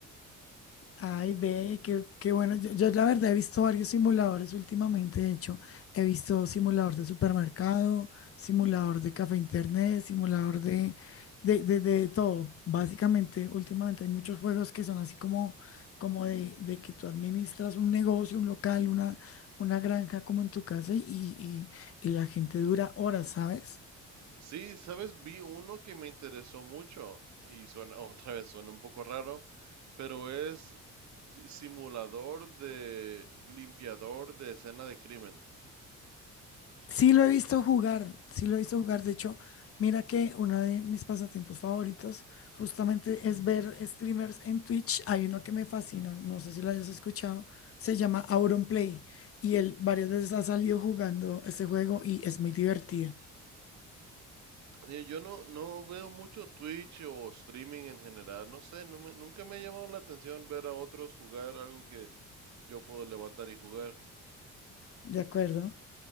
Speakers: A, on the left; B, on the right.
A: Ay, ve, qué, qué bueno. Yo, yo la verdad he visto varios simuladores últimamente. De hecho, he visto simulador de supermercado, simulador de café internet, simulador de, de, de, de todo. Básicamente, últimamente hay muchos juegos que son así como, como de, de que tú administras un negocio, un local, una, una granja como en tu casa y, y, y la gente dura horas, ¿sabes?
B: Sí, sabes, vi uno que me interesó mucho y suena <laughs> otra vez, suena un poco raro, pero es simulador de limpiador de escena de crimen.
A: Sí lo he visto jugar, sí lo he visto jugar. De hecho, mira que uno de mis pasatiempos favoritos justamente es ver streamers en Twitch. Hay uno que me fascina, no sé si lo hayas escuchado, se llama Auronplay y él varias veces ha salido jugando este juego y es muy divertido.
B: Sí, yo no, no veo mucho Twitch o streaming en general, no sé, no me- nunca me ha llamado la atención ver a otros jugar algo que yo puedo levantar y jugar.
A: ¿De acuerdo?